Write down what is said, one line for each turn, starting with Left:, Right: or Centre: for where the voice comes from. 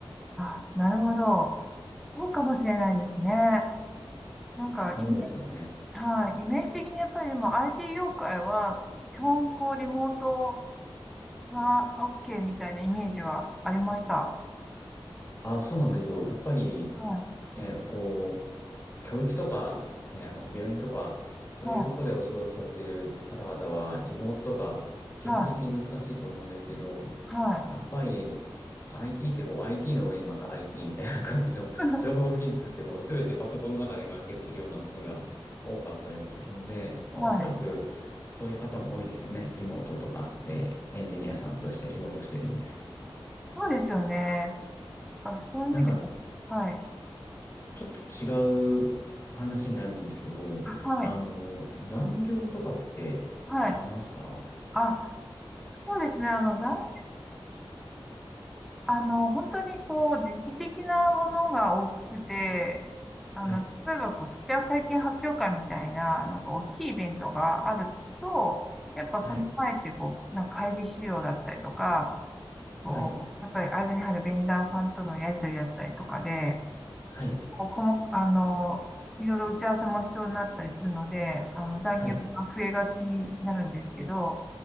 Centre: あ、なるほど。そうかもしれないですね。なんか、
Left: そうですよね。
Centre: イメージ、はい、イメージ的にやっぱりでも IT 業界は、基本こう、リモートが OK みたいなイメージはありました。
Left: あ、そうなんですよ。やっぱり、
Centre: は
Left: ね、こう、教育とか、ね、あの、病院とか、そういうとこでお仕事されてる方々は、
Centre: い、はい、
Left: リモートとか、基本的に難しいと思うんですけど、
Centre: はい、はい。
Left: やっぱり、IT ってこう、IT の上にまた IT みたいな感じの、
Centre: <laughs>
Left: <laughs> 情報技術ってこう、すべてパソコンの中で完結するようなものが多かったりもするので、まあ、
Centre: はい。
Left: おそらく、そういう方も多いですよね。リモートとかで、エンジニアさんとして仕事してるみたいな。
Centre: そうですよね。あ、そういう意味で
Left: なんか、
Centre: は、はい。
Left: ちょっと違う話になるんですけど、
Centre: あはい。
Left: あの、残業とかってありますか
Centre: はい。あ、そうですね。あの、残業あの、本当にこう、時期的なものが大きくて、あの、
Left: はい、
Centre: 例えばこう、記者会見発表会みたいな、なんか大きいイベントがあると、やっぱその前ってこう、
Left: はい、
Centre: なんか会議資料だったりとか、こう、
Left: はい、
Centre: やっぱり間に入るベンダーさんとのやりとりだったりとかで、
Left: はい、
Centre: こうこも、あの、いろいろ打ち合わせも必要になったりするので、あの、残業が増えがちになるんですけど、
Left: はい。